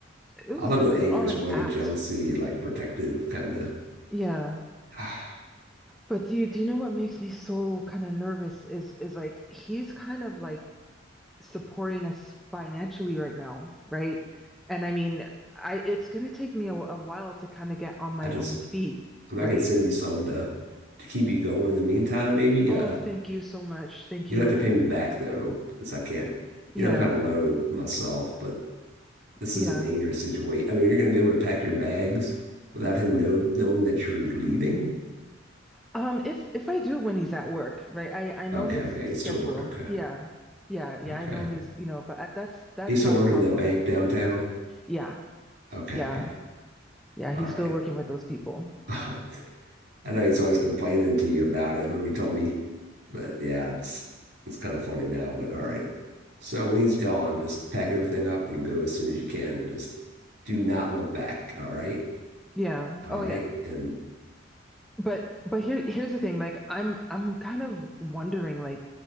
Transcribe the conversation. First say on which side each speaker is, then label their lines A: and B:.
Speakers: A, in the centre; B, on the right.
A: it was
B: I thought
A: it
B: his
A: was
B: anger
A: all
B: is
A: an
B: more like
A: act
B: a jealousy, like protective kind of.
A: yeah
B: <sighs>
A: but do you do you know what makes me so kind of nervous is is like he's kind of like supporting us financially right now right and i mean i it's going to take me a, a while to kind of get on my
B: I just,
A: own feet
B: I mean,
A: right
B: I could send you some to to keep you going in the meantime. Maybe
A: Oh,
B: uh,
A: thank you so much. Thank
B: you'll
A: you.
B: have to pay me back though, because I can't.
A: Yeah,
B: You know, I'm kind of low myself, but this
A: yeah.
B: is a dangerous situation. I mean, you're going to be able to pack your bags without him know knowing that you're leaving.
A: Um, if if I do when he's at work, right? I I know
B: Okay,
A: his
B: okay,
A: schedule.
B: he's still work. Okay,
A: Yeah. Yeah, yeah,
B: okay,
A: I know his, you know, but at, that's that's
B: he's still
A: not
B: working
A: a problem.
B: at that bank downtown.
A: Yeah.
B: Okay,
A: Yeah.
B: okay,
A: Yeah,
B: all
A: he's
B: right.
A: still working with those people.
B: <laughs> I know he's always complaining to you about it. I remember you told me, but yeah, it's it's kind of funny now, but all right. So when he's gone, just pack everything up and go as soon as you can and just do not look back. All right.
A: Yeah.
B: All
A: Oh,
B: right.
A: yeah.
B: And
A: But but here here's the thing. Like I'm I'm kind of wondering like